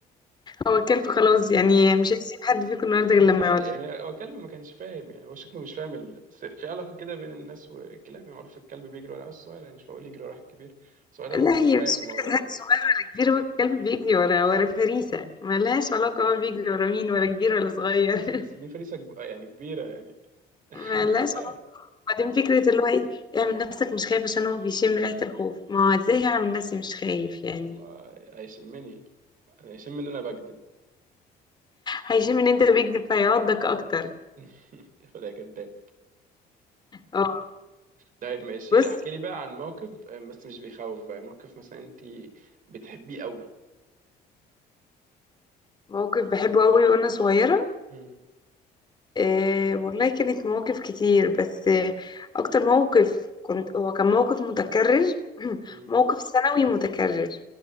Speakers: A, on the left; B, on the right.
A: هو الكلب خلاص يعني مش هيسيب حد فيكم النهارده غير
B: مش
A: لما
B: عارف،
A: يقعد
B: يعني هو الكلب ما كانش فاهم يعني هو شكله مش فاهم ال... س- في علاقه كده بين الناس والكلاب يعني معروف الكلب بيجري ورا الصغير يعني مش بقول يجري ورا الكبير بس هو ده
A: لا
B: ما كانش
A: هي
B: فاهم
A: مش
B: الموضوع
A: فكرة حد
B: ده
A: صغير ولا كبير هو الكلب بيجري ورا ورا فريسة ملهاش علاقة هو بيجري ورا مين ورا كبير ولا صغير
B: بس
A: <laughs>
B: بس دي فريسه كب- يعني كبيره يعني <laughs>
A: ملهاش
B: مش عارف
A: علاقة بعدين فكرة اللي هو ايه اعمل نفسك مش خايف عشان هو بيشم ريحة الخوف ما هو ازاي هعمل نفسي مش خايف يعني
B: ما هيشمني هيشم ان انا بكذب
A: هيشم ان انت بيكذب فيعضك اكتر
B: <laughs> خدها كداب
A: اه
B: طيب ماشي
A: بص
B: احكي لي بقى عن موقف آه، بس مش بيخوف بقى موقف مثلا انت بتحبيه قوي
A: موقف بحبه قوي وانا صغيرة
B: مم.
A: آه والله كانت مواقف كتير بس آه اكتر موقف كنت هو كان موقف متكرر <clears throat>
B: مم.
A: موقف سنوي متكرر